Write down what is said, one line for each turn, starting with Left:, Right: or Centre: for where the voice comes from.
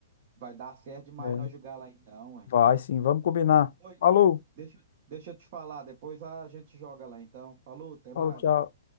Right: vai dar certo demais
Left: né?
Right: nós jogar lá então, ué.
Left: Vai sim, vamos combinar.
Right: Oi,
Left: Falou,
Right: deixa, eu- deixa eu te falar, depois a gente joga lá então. Falou, até
Left: falou,
Right: mais.
Left: tchau.